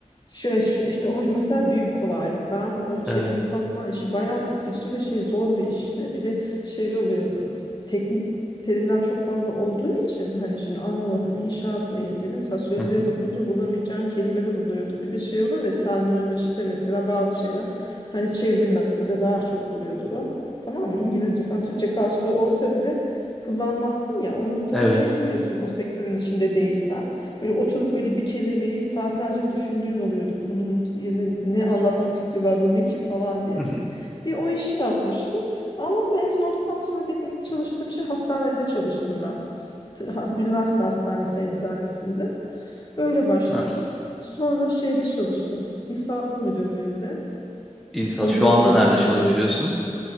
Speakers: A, on the left; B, in the centre.
A: Şu, şu- işte o mesela büyük kolaylık. Ben o çeviri
B: Ee, hı
A: falan işi bayağı sıkıcı ve şey zor bir işti. Bir de şey oluyordu. Teknik terimler çok fazla olduğu için hani şimdi anlamadığın inşaatla ilgili mesela sözlüğe
B: hı.
A: bakınca bulamayacağın kelimeler oluyordu. Bir de şey oluyor ya terminolojide mesela bazı şeyler hani çevrilmez. Sizde daha çok oluyordu o. Tamam mı? İngilizce sen Türkçe karşılığı olsa bile kullanmazsın ya. Onları tabii
B: evet.
A: bilemiyorsun o sektörün içinde değilsen. Böyle oturup böyle bir kelimeyi saatlerce düşündüğün oluyordu. Bunun yerine ne anlatmak istiyorlar bu ne ki falan diye.
B: <laughs>
A: Bir o işi yapmıştım. Ama mezun olduktan sonra benim ilk çalıştığım şey hastanede çalıştım ben. T- ha- Üniversite hastanesi eczanesinde. Öyle başladım.
B: Nice.
A: Sonra şeyde çalıştım. İl Sağlık Müdürlüğü'nde.
B: İsa
A: Orada
B: şu anda
A: biz eczane
B: nerede çalışıyorsun?